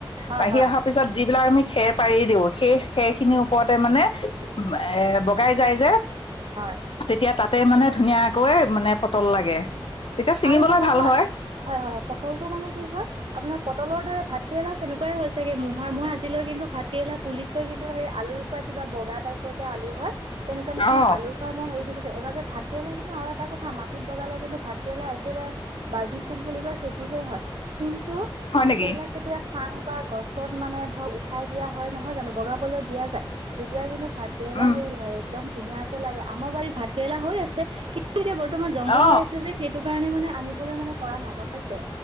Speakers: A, on the right; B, on the left.
A: হয়-হয়।
B: বাঢ়ি অহাৰ পিছত যিবিলাক আমি খেৰ পাৰি দিওঁ, সেই খেৰ খিনিৰ ওপৰতে মানে এ, বগাই যায় যে
A: হয়
B: তেতিয়া তাতে মানে ধুনীয়াকৈ মানে পটল লাগে। তেতিয়া ছিঙিবলৈ
A: আৰু এটা কথা,
B: ভাল হয়
A: হয় হয় পটলটো মানে কি হয় আপোনাৰ পটলৰ দৰে ভাতকেৰেলাও সেনেকুৱাই হৈছেগে। মহাৰ মহ আজিলৈ কিন্তু ভাতকেৰেলাৰ পুলিতকৈ কিন্তু সেই আলুৰ পৰা কিবা বগা টাইপৰ যে আলু হয়। তেনেকুৱা নিচিনা
B: অ
A: আলুৰ পৰা মই হেৰি দেখিছো। এবাৰ যে ভাত কেৰেলা কিন্তু আৰু এটা কথা মাটিত বগালে কিন্তু ভাত কেৰেলা একেবাৰে বাজি ফুট বুলি কয় সেইটোহে হয়। কিন্তু কিন্তু
B: হয়
A: ভাত
B: নেকি
A: কেৰেলা যেতিয়া চাং বা গছ ত মানে ধৰ উঠাই দিয়া হয়। নহয় জানো বগাবলৈ দিয়া যায়, তেতিয়া কিন্তু ভাত কেৰেলা
B: উম
A: হেৰি হয় একদম ধুনীয়াকে লাগে ।আমাৰ বাৰীত ভাত কেৰেলা হৈ আছে। কি ন্তু এতিয়া বৰ্তমান জংঘল
B: অ
A: হৈ আছে যে। সেইটো কাৰণে মানে আনিবলৈ মানে পৰা নাই গম পাইছে।